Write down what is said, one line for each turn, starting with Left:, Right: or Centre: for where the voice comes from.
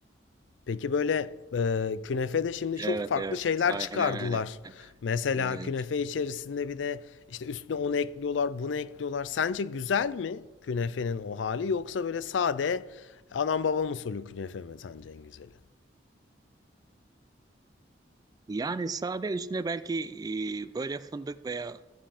Left: Peki böyle e, künefede şimdi
Right: Evet
Left: çok farklı
Right: evet.
Left: şeyler
Right: Aynen
Left: çıkardılar.
Right: öyle.
Left: Mesela
Right: Ee,
Left: künefe içerisinde bir de işte üstüne onu ekliyorlar, bunu ekliyorlar. Sence güzel mi künefenin o hali yoksa böyle sade anam babam usulü künefe mi sence en güzeli?
Right: yani sade üstüne belki e, böyle fındık veya